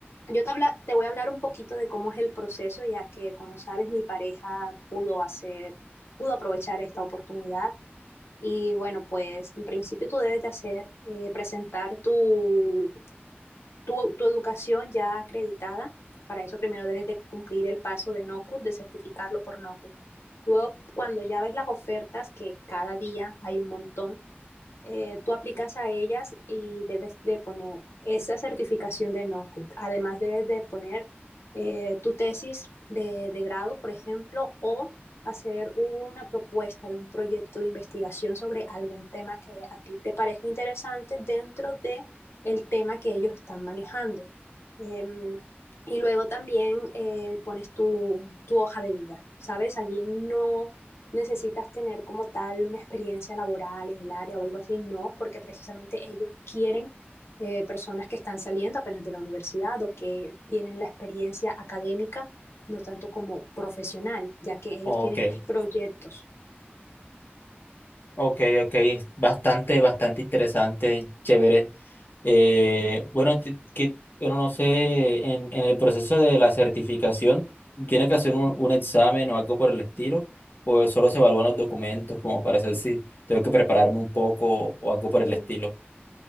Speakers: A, on the left; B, on the left.
A: yo te, habla- te voy a hablar un poquito de cómo es el proceso, ya que como sabes, mi pareja pudo hacer, pudo aprovechar esta oportunidad. Y bueno, pues en principio tú debes de hacer, eh, presentar tu, tu, tu educación ya acreditada. Para eso primero debes de cumplir el paso de NOCUT, de certificarlo por NOCUT. Luego, cuando ya ves las ofertas, que cada día hay un montón, eh, tú aplicas a ellas y debes de poner esa certificación de NOCUT. Además debes de poner eh, tu tesis de, de grado, por ejemplo, o hacer una propuesta de un proyecto de investigación sobre algún tema que a ti te parezca interesante dentro de el tema que ellos están manejando. Eh, y luego también eh, pones tu, tu, hoja de vida, ¿sabes? Allí no, necesitas tener como tal una experiencia laboral en el área o algo así, no, porque precisamente ellos quieren eh, personas que están saliendo apenas de la universidad o que tienen la experiencia académica, no tanto como profesional, ya que ellos
B: Ok.
A: tienen proyectos.
B: Ok, ok, es bastante, bastante interesante, chévere. Eh, bueno, ti- que, bueno, no sé, en, en el proceso de la certificación, ¿tienen que hacer un, un examen o algo por el estilo? ¿O solo se evalúan los documentos como para saber si tengo que prepararme un poco o algo por
A: Mm,
B: el estilo?